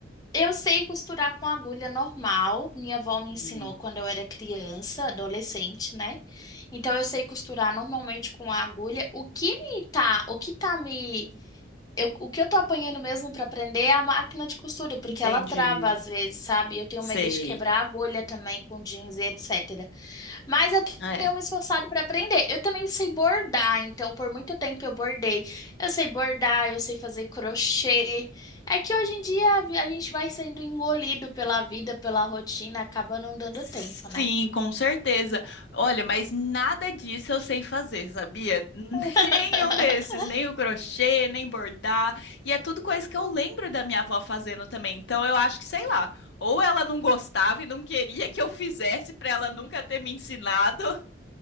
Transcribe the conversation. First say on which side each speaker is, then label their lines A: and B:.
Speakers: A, on the left; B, on the left.
A: Eu sei costurar com agulha normal, minha avó me
B: Hum,
A: ensinou quando eu era criança, adolescente, né? Então eu sei costurar normalmente com a agulha. O que me tá, o que tá me Eu, o que eu tô apanhando mesmo pra aprender é a máquina de costura, porque
B: entendi.
A: ela trava às vezes, sabe? Eu tenho
B: Sei.
A: medo de quebrar a agulha também com jeans e etc. Mas eu
B: É,
A: tenho me esforçado pra aprender. Eu também sei bordar, então por muito tempo eu bordei. Eu sei bordar, eu sei fazer crochê. É que hoje em dia a vi- a gente vai sendo engolido pela vida, pela rotina, acaba não dando
B: Sim,
A: tempo, né?
B: com certeza. Olha, mas nada disso eu sei fazer, sabia? <laughs>
A: <laughs>
B: Nenhum desses, nem o crochê, nem bordar. E é tudo coisa que eu lembro da minha avó fazendo também. Então eu acho que, sei lá, ou ela não gostava e não queria que eu fizesse pra ela nunca ter me ensinado.